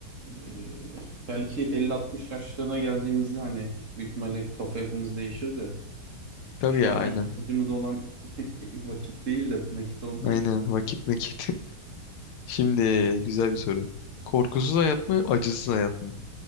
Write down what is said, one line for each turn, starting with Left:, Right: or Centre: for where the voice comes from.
Right: e, belki 50-60 yaşlarına geldiğimizde hani büyük ihtimalle kafa yapımız değişir de
Left: Tabii
Right: Şu
Left: ya
Right: an
Left: aynen.
Right: ihtiyacımız olan <laughs> vakit değil de nakit olduğu
Left: Aynen
Right: için.
Left: vakit nakit. <laughs> Şimdi güzel bir soru. Korkusuz hayat mı, acısız hayat mı?